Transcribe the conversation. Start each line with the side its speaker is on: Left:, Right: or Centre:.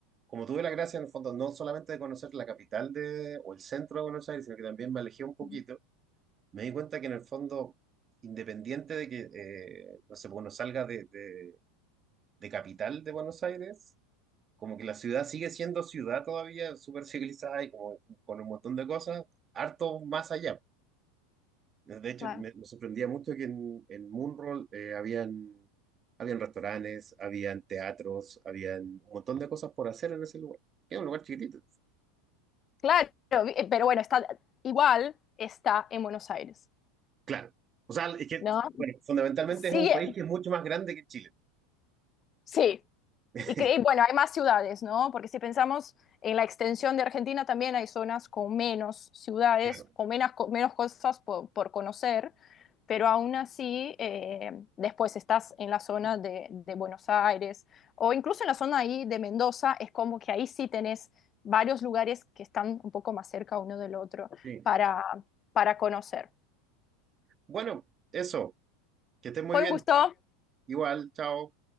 Right: como tuve la gracia en el fondo no solamente de conocer la capital de, o el centro de Buenos Aires, sino que también me alejé un poquito,
Left: Ujú,
Right: me di cuenta que en el fondo, independiente de que, eh, no sé, pues, uno salga de, de, de capital de Buenos Aires, como que la ciudad sigue siendo ciudad todavía, súper civilizada y como, con un montón de cosas, harto más allá. De hecho,
Left: Claro.
Right: me, me sorprendía mucho que en, en Moonroll eh, habían, habían restaurantes, habían teatros, habían un montón de cosas por hacer en ese lugar. Es un lugar chiquitito,
Left: Claro, eh, pero bueno, está igual, está en Buenos Aires,
Right: claro. O sea, es que,
Left: ¿no?
Right: bueno, fundamentalmente
Left: Sí,
Right: es un
Left: eh,
Right: país que es mucho más grande que Chile.
Left: sí,
Right: <laughs>
Left: Y, cre- y bueno, hay más ciudades, ¿no? Porque si pensamos en la extensión de Argentina, también hay zonas con menos ciudades,
Right: Claro,
Left: con menos, co- menos cosas por, por conocer, pero aún así, eh, después estás en la zona de, de Buenos Aires o incluso en la zona ahí de Mendoza, es como que ahí sí tenés varios lugares que están un poco más cerca uno del otro
Right: sí.
Left: para, para conocer.
Right: Bueno, eso, que estén muy
Left: Fue
Right: bien.
Left: un gusto.
Right: Igual, chao.